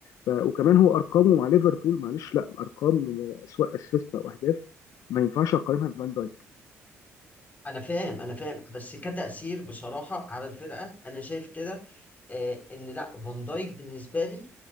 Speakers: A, on the left (about 75°); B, on the left (about 30°).
A: ف... وكمان هو ارقامه مع ليفربول معلش لا ارقام سواء اسيست او اهداف ما ينفعش اقارنها بفان دايك
B: انا فاهم انا فاهم بس كتأثير بصراحة على الفرقة انا شايف كده أه ان لا فان دايك بالنسبة لي